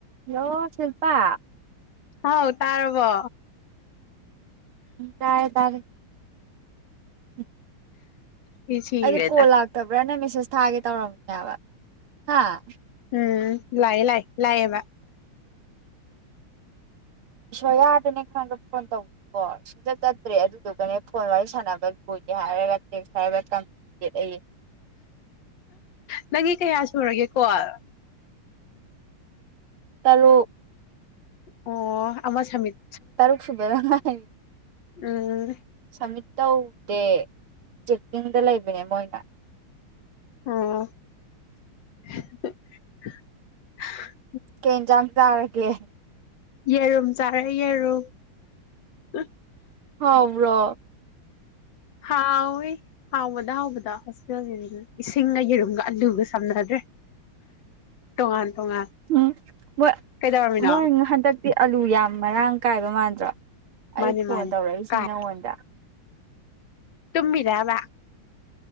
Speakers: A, on the right; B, on the left.
A: hello ꯁꯤꯜꯄꯥ
B: ꯍꯥꯎ ꯇꯥꯏꯔꯕꯣ
A: ꯇꯥꯔꯦ ꯇꯥꯔꯦ <inaudible>
B: ꯏ ꯁꯤꯔꯦꯗ
A: ꯑꯩꯗꯤ ꯀꯣꯜ ꯂꯥꯛꯇꯕ꯭ꯔꯅ ꯃꯦꯁꯦꯁ ꯊꯥꯒꯦ ꯇꯧꯔꯝꯅꯦꯕ ꯍꯥꯏꯕ ꯍꯥꯥ
B: ꯎꯝ ꯂꯥꯛ ꯂꯥꯏ ꯂꯥꯑꯌꯦꯕ
A: ꯏꯁꯣꯔꯤꯌꯥꯗꯅꯦ ꯈꯪꯕ ꯐꯣꯟ ꯇꯧꯕꯀꯣ ꯁꯨꯛꯆꯠ ꯆꯠꯇ꯭ꯔꯦ ꯑꯗꯨꯗꯨꯒꯅꯦ ꯐꯣꯟ ꯋꯥꯔꯤ ꯁꯥꯟꯅꯕ ꯂꯣꯏꯗꯦ ꯍꯥꯏꯔꯒ ꯇꯦꯛꯁ ꯍꯥꯏꯔꯒ ꯊꯝꯦ ꯑꯩ
B: ꯅꯪꯒꯤ ꯀꯌꯥ ꯁꯨꯔꯒꯦꯀꯣꯜ
A: ꯇꯔꯨꯛ
B: ꯑꯣ ꯑꯃꯥ ꯁꯃꯤꯠ
A: ꯇꯔꯨꯁꯨꯨꯕꯗ ꯉꯥꯏ
B: ꯎꯝ
A: ꯁꯝꯃꯤꯇ ꯇꯧꯗꯦ ꯆꯦꯛꯀꯤꯡꯗ ꯂꯩꯕꯅꯦ ꯃꯣꯏꯅ
B: <inaudible>
A: ꯀꯩ ꯍꯦꯟꯖꯥꯡ ꯆꯥꯔ ꯀꯦ
B: ꯌꯦꯔꯨꯝ ꯆꯥꯔꯦ ꯌꯦꯔꯨꯝ ꯎ
A: ꯍꯥꯎꯕ꯭ꯔꯣ
B: ꯍꯥꯎꯋꯤ ꯍꯥꯎꯕꯗ ꯍꯥꯎꯕꯗ ꯍꯣꯁꯇꯥꯦꯜꯒꯤꯅꯤꯅ ꯁꯤꯡꯒ ꯌꯦꯔꯨꯝꯒ ꯑꯂꯨꯒ ꯁꯝꯅꯗ꯭ꯔꯦ ꯇꯣꯉꯥꯟ ꯇꯣꯉꯥꯟ
A: ꯎꯝ ꯃꯣꯏ
B: ꯀꯩꯗꯧꯔꯝꯃꯤꯅꯣ
A: ꯃꯣꯏ ꯍꯟꯗꯛꯇꯤ ꯑꯂꯨ ꯌꯥꯝ ꯃꯔꯥꯡ ꯀꯥꯏꯕ ꯃꯥꯟꯗ꯭ꯔꯣ ꯑꯩ
B: ꯃꯥꯅꯤ
A: ꯐꯣꯟ
B: ꯃꯥꯅꯤ
A: ꯇꯧꯔꯛꯏꯁꯤꯅꯦ
B: ꯀꯥꯏ
A: ꯅꯪꯉꯣꯟꯗ
B: ꯇꯨꯝꯃꯤꯔꯕ